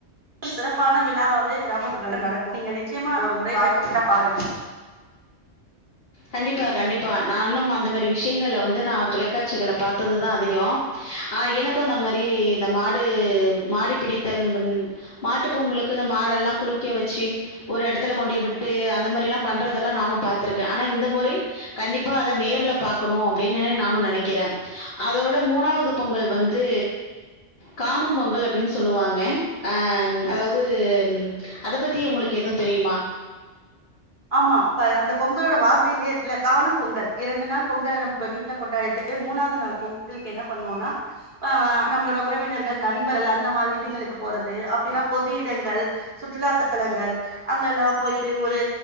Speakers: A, on the right; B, on the left.
A: <inaudible> சிறப் ப்பான விழாவாவே கிராமப்புறங்கள நடக்கும் நீங்க நிச்சயமா ஒரு முறை வாய்ப்புந்த பாருங்க
B: கண்டிப்பா கண்டிப்பா நானும் அந்த மாதிரி விஷயங்கள்ல வந்து நா தொலைக்காட்சிகள்ல பாத்தது தா அதிகம் ஆ எனக்கு அந்த மாரி இந்த மாடு மாடு பிடித்தல் இந்தம் மாட்டு பொங்கலுக்கு இந்த மாடெல்லா குளிக்க வச்சு ஒரு இடத்துல கொண்டுயே விட்டு அந்த மாரி எல்லா பண்றதெல்லா நானு பாத்திருக்கே ஆனா இந்த முறை கண்டிப்பாக அத நேர்ல பாக்கணு அப்டின்னு நானு நெனைக்கிற அதோட மூணாவது பொங்கல் வந்து காணும்பொங்கல் அப்டின்னு சொல்லுவாங்க ஆ ம் அதாவது அத பத்தி உங்களுக்கு எதுவு தெரியுமா
A: ஆமா இப்ப அந்த பொங்கலோட வார்த்தையிலயே இருக்குல்ல காணும் பொங்கல் இரண்டு நாள் பொங்கல நம்ப வீட்டுல கொண்டாடிட்டு மூணாவது நாள் பொங்கலுக்கு என்ன பண்ணுவோம்னா அப்ப ஆ நம்மளோட உறவினர்கள் நண்பர் அந்த மாரி இவிதுங்களுக்கு போறது அப்டின்னா பொது இடங்கள் சுற்றுலாத்தலங்கள் அங்க லா போயிட்டு ஒரு